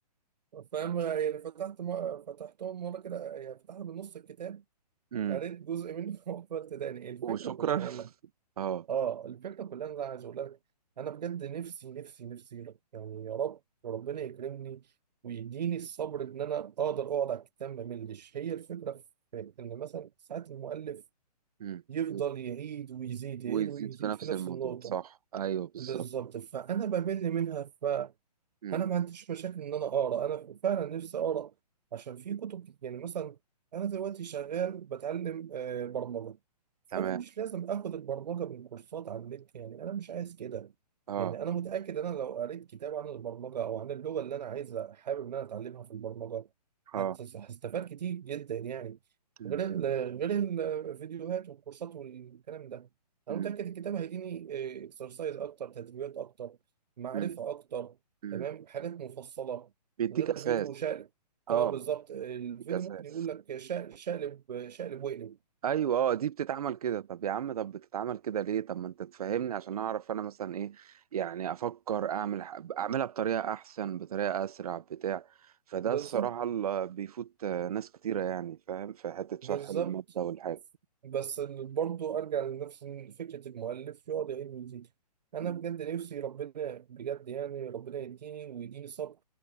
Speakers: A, on the right; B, on the right.
A: فاهم يعني فتحت م... فتحتهم مره كده يعني فتحت بنص الكتاب
B: مم.
A: قريت جزء منه <laughs> وقفلت تاني الفكره
B: وشكرا
A: كلها اقول لك
B: <laughs> اه
A: اه الفكره كلها إن انا عايز اقول لك انا بجد نفسي نفسي نفسي يعني يا رب ربنا يكرمني ويديني الصبر ان انا اقدر اقعد على الكتاب ما ملش هي الفكره في ان مثلا ساعات المؤلف
B: مم.
A: يفضل
B: مم.
A: يعيد ويزيد
B: ويزيد
A: يعيد ويزيد
B: في نفس
A: في نفس
B: الموضوع
A: النقطه
B: صح ايوه بالظبط
A: بالظبط فانا بمل منها
B: مم.
A: انا ما عنديش مشاكل ان انا اقرا انا فعلا نفسي اقرا عشان في كتب كت- يعني مثلا انا دلوقتي شغال بتعلم آه، برمجه فانا
B: تمام
A: مش لازم اخد البرمجه من كورسات على النت يعني انا مش عايز كده
B: اه
A: يعني انا متاكد انا لو قريت كتاب عن البرمجه او عن اللغه اللي انا عايزه حابب ان انا اتعلمها في البرمجه
B: اه
A: هت- هستفاد كتير جدا يعني
B: مم.
A: غير ال غير الفيديوهات والكورسات والكلام ده
B: مم.
A: انا متاكد الكتاب هيديني اكسرسايز اكتر تدريبات اكتر معرفه
B: مم.
A: اكتر
B: مم.
A: تمام حاجات مفصله
B: بيديك
A: غير الفيديو
B: اساس
A: شقلب
B: اه
A: اه بالظبط الفيديو
B: بيديك اساس
A: ممكن يقول لك شقلب شقلب شقلب واقلب
B: ايوه اه دي بتتعمل كده طب يا عم طب بتتعمل كده ليه طب ما انت تفهمني عشان اعرف انا مثلا ايه يعني افكر اعمل ح- اعملها بطريقه احسن بطريقه اسرع بتاع فده
A: بالظبط
B: الصراحه اللي بيفوت آه، ناس كتيره يعني فاهم في حته شرح
A: بالظبط
B: الماده والحاجه
A: بس برضه ارجع لنفس فكره المؤلف يقعد يعيد ويزيد انا
B: مم.
A: بجد نفسي ربنا بجد يعني ربنا يديني ويديني صبر